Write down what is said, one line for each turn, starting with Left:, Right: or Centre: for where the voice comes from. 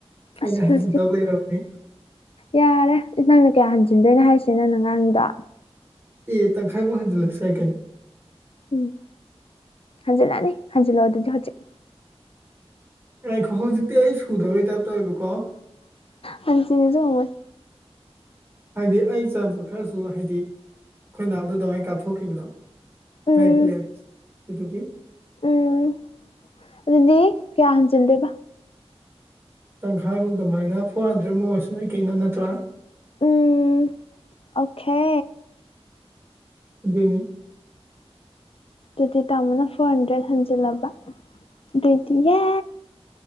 Right: ꯑꯩꯅ
Left: ꯑꯁ
Right: ꯍꯟꯖꯤꯟꯗꯧ
Left: ꯍꯤꯜꯁꯇꯤ
Right: ꯂꯩꯔꯝꯅꯦ
Left: ꯌꯥꯔꯦ ꯅꯪꯅ ꯀꯌꯥ ꯍꯟꯖꯤꯟꯗꯣꯏꯅꯣ ꯍꯥꯏꯁꯦ ꯅꯪ ꯅꯉꯥꯡꯒꯤꯗꯣ
Right: ꯑꯦ ꯇꯪꯈꯥꯏꯐꯥꯎꯛ ꯍꯟꯖꯤꯜꯂꯁꯨ ꯌꯥꯏ ꯀꯩꯅꯣ
Left: ꯎꯝ ꯍꯟꯖꯤꯜꯂꯛꯑꯅꯤ ꯍꯟꯖꯤꯜꯂꯛꯑꯣ ꯑꯗꯨꯗꯤ ꯍꯧꯖꯤꯛ
Right: ꯉꯏꯈꯣ ꯍꯧꯖꯤꯛꯇꯤ ꯑꯩ ꯁꯨꯗꯕꯩ ꯇꯥꯏꯞ ꯇꯧꯋꯦꯕꯀꯣ
Left: ꯍꯟꯖꯤꯟꯕꯁꯨ ꯉꯝꯃꯣꯏ
Right: ꯍꯥꯏꯗꯤ ꯑꯩ ꯆꯪꯉꯛꯄ ꯈꯔꯁꯨ ꯍꯥꯏꯗꯤ ꯑꯩꯈꯣꯏꯅꯥꯎꯗ ꯑꯗꯨꯃꯥꯏꯅ ꯀꯥꯞꯊꯣꯛꯈꯤꯕꯗꯣ
Left: ꯎꯝ
Right: ꯃꯥꯏ ꯕꯦꯂꯦꯟꯁ ꯑꯗꯨꯗꯨꯒꯤ
Left: ꯎꯝ ꯑꯗꯨꯗꯤ ꯀꯌꯥ ꯍꯟꯖꯟꯗꯣꯏꯕ
Right: ꯇꯪꯈꯥꯏꯃꯨꯛ ꯑꯗꯨꯃꯥꯏꯅ ꯐꯣꯔ ꯍꯟꯗ꯭ꯔꯦꯗꯃꯨꯛ ꯑꯣꯏꯔꯁꯨ ꯌꯥꯏ ꯀꯩꯅꯣ ꯅꯠꯇ꯭ꯔꯥ
Left: ꯎꯝ ꯑꯣꯈꯦ
Right: ꯑꯗꯨꯅꯤ
Left: ꯑꯗꯨꯗꯤ ꯇꯥꯃꯣꯅ ꯐꯣꯔ ꯍꯟꯗ꯭ꯔꯦꯗ ꯍꯟꯖꯤꯜꯂꯕ ꯑꯗꯨꯏꯗꯤ ꯌꯦ